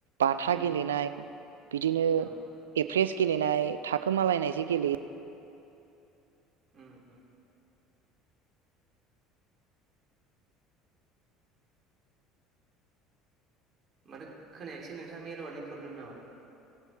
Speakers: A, on the right (about 75°); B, on the right (about 35°).
A: बाथा
B: उम
A: गेलेनाय बिदिनो
B: औ
A: एक फ्रेस गेलेनाय थाखोमालायनायजे गेलेयो
B: उम उम मानोे खोनायाखिसै नोंथांनि नेटवार्कनि प्रब्लेम नामा?